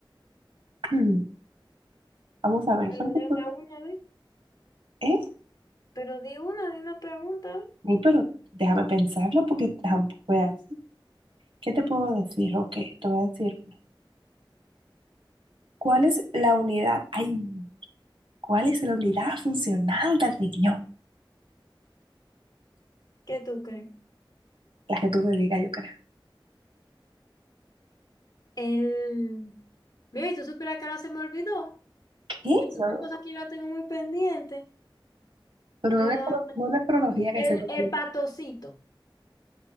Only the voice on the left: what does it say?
Pero
di- da una, a ver.
Pero di una, di una pregunta, a ver.
¿Qué tú crees?
El... Mira, y tú supieras que ahora se me olvidó.
Y es
una cosa que yo la tengo muy pendiente.
La...
El
hepatocito.